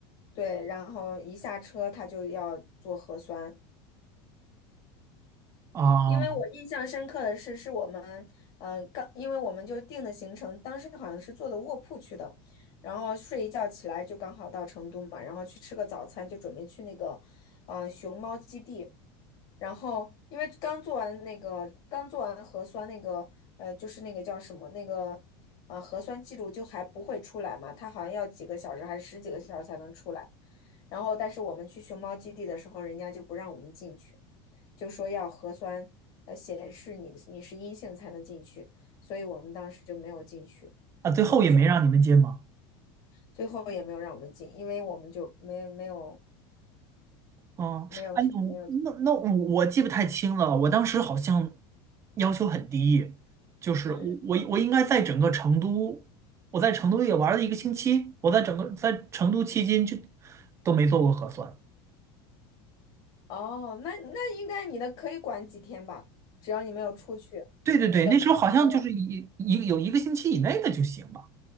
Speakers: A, on the left; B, on the right.
A: 对，然后一下车他就要做核酸，
B: 啊
A: 因为我印象深刻的是，是我们嗯、呃刚，因为我们就定的行程，当时好像是坐的卧铺去的，然后睡一觉起来就刚好到成都嘛，然后去吃个早餐，就准备去那个呃熊猫基地。然后因为刚做完那个刚做完核酸那个呃，就是那个叫什么那个呃核酸记录就还不会出来嘛，它好像要几个小时还是十几个小时才能出来。然后但是我们去熊猫基地的时候，人家就不让我们进去，就说要核酸呃显示你的你是阴性才能进去，所以我们当时就没有进去
B: 啊，最后也没让你们进吗？
A: 那个熊，最后也没有让我们进，因为我们就没没有
B: 嗯，
A: 没有没有
B: 哎，我那那我我记不太清了，我当时好像要求很低，就是我我我应该在整个成都，
A: 嗯。
B: 我在成都也玩了一个星期，我在整个在成都期间就都没做过核酸。
A: 哦，那那应该你的可以管几天吧，只要你没有出去，
B: 对对对，
A: 你的附近没有，
B: 那时候好像就是一一有一个星期以内的就行吧。